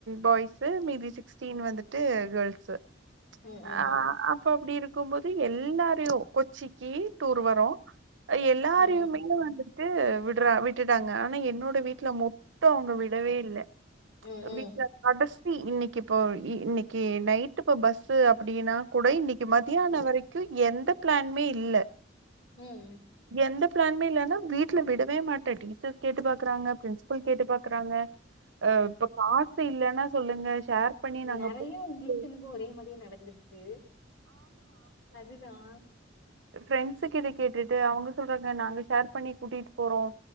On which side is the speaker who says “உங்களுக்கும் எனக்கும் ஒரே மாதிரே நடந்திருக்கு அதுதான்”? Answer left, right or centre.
Left